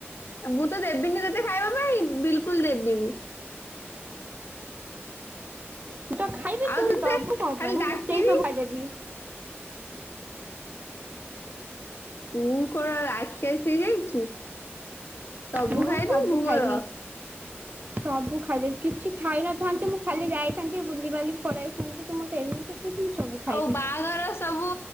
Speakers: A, on the left (about 65°); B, on the right (about 40°).
A: ମୁଁ ତ ଦେବିନି ତତେ ଖାଇବା ପାଇଁ ବିଲକୁଲ ଦେବିନି।
B: ମୁଁ ତ ଖାଇବି
A: ଆଉ
B: ତୁ
A: ତତେ
B: ଦବୁ କଣ
A: ଖାଲି
B: ପାଇଁ ମୁଁ
A: ଡାକିବି
B: ନୁଚେଇ ସବୁ ଖାଇଦେବି।
A: ତୁ କଣ ରକ୍ଷାସୀ ହେଇ ଯାଇଛୁ ସବୁ
B: ମୁଁ
A: ଖାଇଦବୁ
B: ସବୁ ଖାଇବି।
A: ମୋର।
B: <unintelligible> ସବୁ ଖାଇଦେବି କିଛି ଖାଇନଥାନ୍ତି ମୁଁ ଖାଲି ଯାଇଥାନ୍ତି ବୁଲିିବାଲିକି ପଳେଇ ଆସିଥାନ୍ତି ତୁ ମତେ ଏମିତି କହୁଛୁ ମୁଁ ସବୁ ଖାଇବି
A: ଆଉ ବାହାଘର ସବୁ